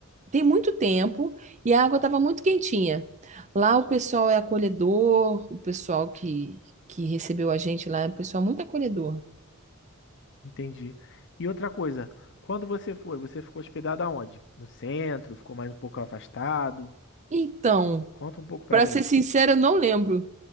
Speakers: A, on the right; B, on the left.
A: tem muito tempo e a água estava muito quentinha. Lá o pessoal é acolhedor, o pessoal que, que recebeu a gente lá é um pessoal muito acolhedor.
B: entendi. E outra coisa, quando você foi, você ficou hospedado aonde? No centro? Ficou mais um pouco afastado?
A: Então,
B: Conta um pouco pra
A: para
B: mim.
A: ser sincera, eu não lembro.